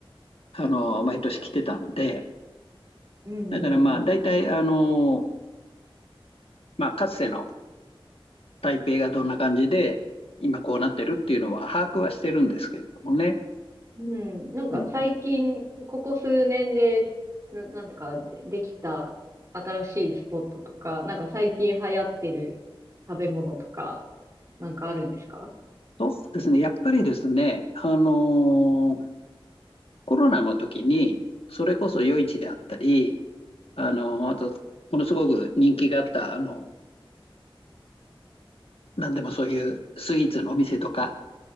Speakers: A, on the left (about 80°); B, on the right (about 35°).
A: あの、毎年来てたんで、
B: うんうん。
A: だからまあ、だいたい、あの、まあ、かつての台北がどんな感じで、今こうなってるっていうのは把握はしてるんですけれどもね。
B: うん、なんか最近、
A: うん
B: ここ数年で、な、なんてか、で、できた新しいスポットとか、なんか最近流行ってる食べ物とか、なんかあるんですか
A: そうですね、やっぱりですね、あのーコロナの時に、それこそ夜市であったり、あのーあと、ものすごく人気があった、あの、なんでもそういうスイーツのお店とか、